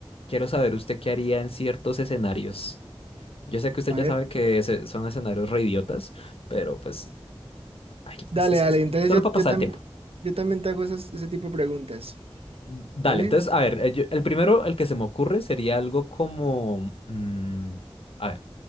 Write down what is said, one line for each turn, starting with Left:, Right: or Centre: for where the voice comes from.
Left: Quiero saber usted qué haría en ciertos escenarios. Yo sé que usted
Right: A
Left: ya
Right: ver,
Left: sabe que se- son escenarios re idiotas, pero pues... ay,
Right: dale,
Left: es- es-
Right: dale.
Left: es-
Right: Entonces
Left: solo
Right: yo,
Left: para pasar
Right: yo, tam-
Left: el tiempo.
Right: yo también te hago esas- ese tipo de preguntas.
Left: Dale,
Right: ¿Dale?
Left: entonces, a ver, eh, yo- el primero, el que se me ocurre sería algo como, mm, a ver,